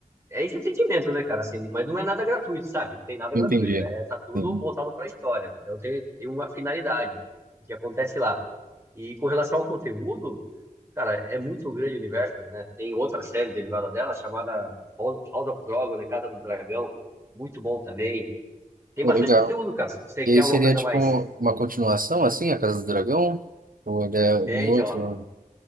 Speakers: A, on the right (about 20°); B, on the right (about 80°).
A: é entretenimento, né, cara? Assim, mas não é nada gratuito, sabe? Não tem nada
B: Entendi.
A: gratuito. É, tá tudo
B: Sim.
A: voltado pra história. Então tem, tem uma finalidade o que acontece lá. E com relação ao conteúdo, cara, é muito grande o universo, né? Tem outra série derivada dela chamada House House of Dragon, né? Casa do Dragão. Muito bom também. Tem
B: Pô,
A: bastante
B: legal.
A: conteúdo, cara. Se você
B: E
A: quer
B: aí
A: alguma
B: seria,
A: coisa
B: tipo,
A: a mais.
B: uma continuação, assim, A Casa do Dragão? Ou ele é um
A: É, então,
B: outro,
A: ó,